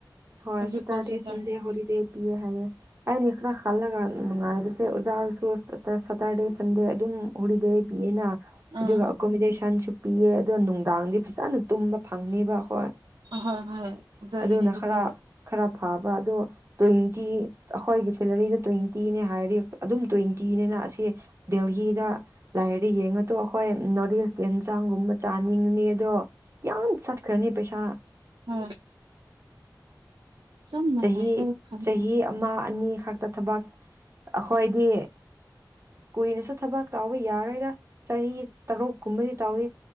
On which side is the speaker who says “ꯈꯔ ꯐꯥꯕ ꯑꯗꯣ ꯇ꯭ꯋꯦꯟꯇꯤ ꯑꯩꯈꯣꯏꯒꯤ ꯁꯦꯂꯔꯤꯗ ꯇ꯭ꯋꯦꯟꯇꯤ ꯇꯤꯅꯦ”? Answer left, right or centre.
Right